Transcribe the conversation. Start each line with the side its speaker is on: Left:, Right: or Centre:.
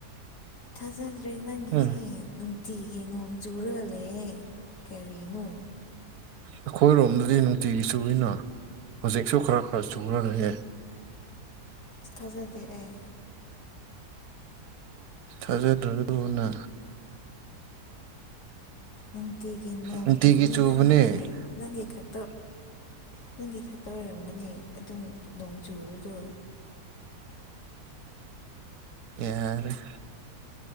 Left: ꯊꯥꯖꯗ꯭ꯔꯦ ꯅꯪꯒꯤꯁꯦ
Right: ꯎꯝ
Left: ꯇꯤꯒꯤ ꯅꯣꯡ ꯆꯨꯔ ꯂꯩꯌꯦꯦ ꯀꯔꯤꯅꯣ
Right: ꯑꯩꯈꯣꯏꯔꯣꯝꯗꯗꯤ ꯅꯨꯡꯇꯤꯒꯤ ꯆꯨꯏꯅ ꯍꯧꯖꯤꯛꯁꯨ ꯈꯔ ꯈꯔ ꯆꯨꯔꯅꯤꯌꯦ
Left: ꯑꯁ ꯊꯥꯖꯗꯦ ꯑꯩ
Right: ꯊꯥꯖꯗ꯭ꯔꯕꯗꯨꯅ
Left: ꯅꯨꯡꯇꯤꯒꯤ ꯅꯣꯡ
Right: ꯅꯨꯡꯇꯤꯒꯤ
Left: ꯆꯨꯕꯒꯤ
Right: ꯆꯨꯕꯅꯦ
Left: ꯂꯪꯒꯤꯁꯦ ꯂꯪꯒꯤ ꯈꯛ
Right: <unintelligible> <inaudible>
Left: ꯅꯪꯒꯤ ꯈꯛꯇ ꯑꯣꯏꯔꯝꯒꯅꯤ ꯑꯗꯨꯝ ꯅꯣꯡ ꯆꯨꯕꯗꯣ
Right: ꯌꯥ <inaudible>